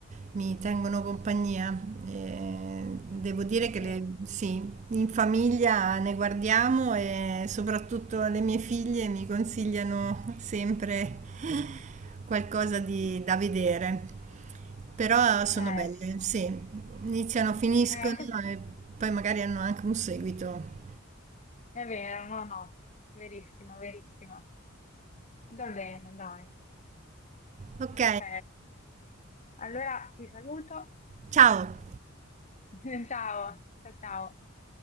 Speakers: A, on the right (about 35°); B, on the left (about 35°).
A: mi tengono compagnia. Eh, devo dire che
B: Sì,
A: le- sì, in famiglia ne guardiamo e soprattutto le mie figlie mi consigliano sempre <laughs> qualcosa di- da vedere. Però sono
B: eh,
A: belle,
B: ci può.
A: sì, iniziano, finiscono
B: Eh, anche secondo
A: e
B: me.
A: poi magari hanno anche un seguito.
B: È vero, no, no, verissimo, verissimo. Va bene, dai.
A: Ok,
B: Ok, allora ti saluto.
A: ciao!
B: <laughs> Ciao, ciao, ciao.